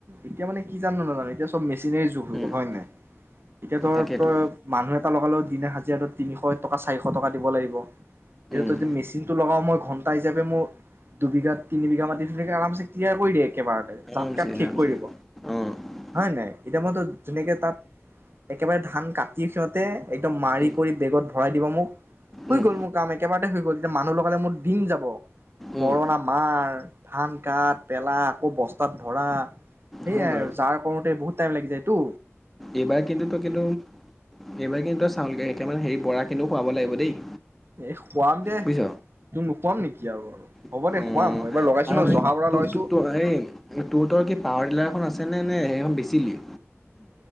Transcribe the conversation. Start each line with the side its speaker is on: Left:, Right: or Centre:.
Right: এতিয়া মানে কি জান নাজান এতিয়া চব মেচিনেৰি যুগ হ'ল
Centre: উম
Right: হয়নে নাই এতিয়া ধৰ
Centre: তাকেতো
Right: ত মানুহ এটা লগালে দিনে সাজি তিনিশ টকা চাৰিশ টকা দিব লাগিব <unintelligible>
Centre: উম
Right: মেচিন টো লগাও মই ঘন্টা হিচাপে মোৰ দুবিঘাত তিনি বিঘা মাতি আৰামচে তিয়া কৰি দিয়ে একেবাৰতে
Centre: আৰমছে
Right: জাত কাত শেষ
Centre: আৰমছে
Right: কৰি দিব
Centre: অহ'
Right: হয় নাই, এতিয়া মোৰতো যেুনেকে তাত একেবাৰে ধান কাটি সিহঁতে একদম মাৰি
Centre: উম
Right: কৰি বেগত ভৰাই দিব মোক হৈ
Centre: উম
Right: গ'ল মোৰ কাম একেবাৰতে হৈ গ'ল, এতিয়া মানুহ লগালে মোৰ দিন যাব মৰণা
Centre: উম
Right: মাৰ, ধান কাট পেলা, আকৌ বস্তাত ভৰা। সেইয়াই
Centre: হয় বাৰু
Right: আৰু যাৰ কৰোঁতে বহুত টাইম লাগি যায়টো।
Centre: এইবাৰ কিন্তু তই কিন্তু, এইবাৰ কিন্তু চাউল কেইটামান হেৰি, বৰা কিন্তু খুৱাব লাগিব দেই।
Right: এ, খোৱাম দে,
Centre: বুজিছ
Right: তোক নুখোৱাম নেকি! <unintelligible> আৰু, হ'ব
Centre: অঁ
Right: দে। খুৱাম মই এইবাৰ লগাইছো
Centre: আৰু
Right: ন জহা
Centre: এই
Right: বৰা
Centre: তো-তো-তোৰ,
Right: লগাইছো
Centre: এই তোহোতৰ কি পাৱাৰ টিলাৰখন আছে নে, নে সেইখন বেচিলি?